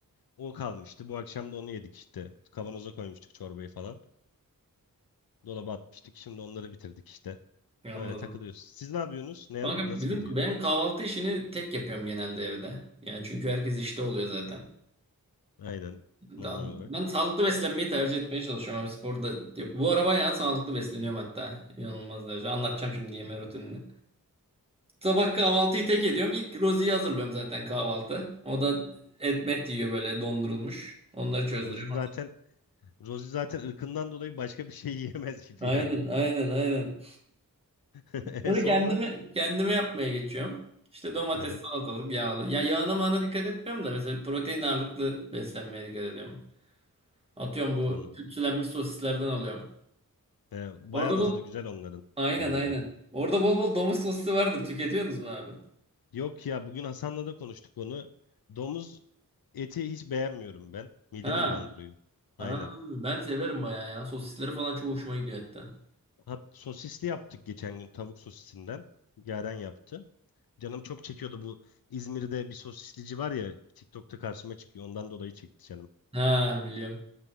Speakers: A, on the left (about 85°); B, on the right (about 15°).
A: O kalmıştı. Bu akşam da onu yedik işte. Kavanoza koymuştuk çorbayı falan. Dolaba atmıştık. Şimdi onları bitirdik işte.
B: Anladım.
A: Öyle takılıyoruz. Siz ne yapıyorsunuz? Ne,
B: Kanka
A: nasıl
B: bizim
A: gidiyor?
B: ben kahvaltı işini tek yapıyorum genelde evde. Yani çünkü herkes işte oluyor zaten.
A: Aynen
B: Daha,
A: normal olarak.
B: ben sağlıklı beslenmeyi tercih etmeye çalışıyorum abi sporda. Yap. Bu ara bayağı sağlıklı besleniyorum hatta. İnanılmaz derece. Anlatacağım şimdi yeme rutinini. Sabah kahvaltıyı tek ediyorum. İlk Rozi'yi hazırlıyorum zaten kahvaltı. O da et met yiyor böyle dondurulmuş. Onları çözdürüyorum.
A: Rozi zaten Rosie zaten ırkından dolayı başka bir şey <laughs> yiyemez gibi
B: Aynen,
A: yani.
B: aynen, aynen.
A: <laughs>
B: Bunu
A: E sonra?
B: kendime kendime yapmaya geçiyorum. İşte domates,
A: Evet
B: salatalık, yağlı. Ya yağına mağına dikkat etmiyorum da mesela protein ağırlıklı beslenmeye dikkat ediyorum. Atıyorum bu
A: anladım.
B: tütsülenmiş sosislerden alıyorum.
A: E, bayağı
B: Orada
A: da
B: bol
A: tadı güzel onların
B: Aynen,
A: bu arada.
B: aynen. Orada bol bol domuz sosisi vardır. Tüketiyorsunuz mu abi?
A: Yok ya bugün Hasan'la da konuştuk onu. Domuz eti hiç beğenmiyorum ben. Midemi
B: Ha.
A: bulandırıyor.
B: Ha,
A: Aynen.
B: ben severim bayağı ya. Sosisleri falan çok hoşuma gidiyor hatta.
A: Hat sosisli yaptık geçen gün tavuk sosisinden. Yaren yaptı. Canım çok çekiyordu bu İzmir'de bir sosislici var ya TikTok'ta karşıma çıkıyor. Ondan dolayı çekti canım.
B: Ha, biliyorum.